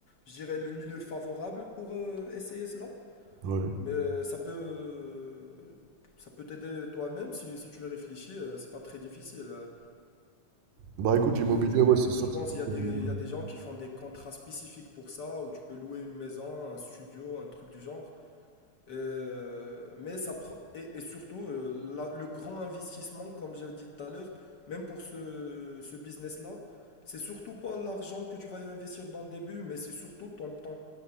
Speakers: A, on the left; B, on the right.
A: je dirais, le milieu favorable pour euh, essayer cela.
B: Ouais.
A: Mais euh, ça peut, euh, ça peut t'aider toi-même si, si tu réfléchis. euh, c'est pas très difficile. euh.
B: Bah écoute, l'immobilier,
A: Euh, tu- euh,
B: ouais, c'est sûr
A: je
B: que
A: pense
B: c'est plutôt
A: qu'il y a des,
B: bon.
A: il y a des gens qui font des contrats spécifiques pour ça, où tu peux louer une maison, un studio, un truc du genre. Euh, mais ça pro- et, et surtout euh, la- le grand investissement, comme j'avais dit tout à l'heure, même pour ce, ce business-là, c'est surtout pas l'argent que tu vas y investir dans le début, mais c'est surtout ton temps.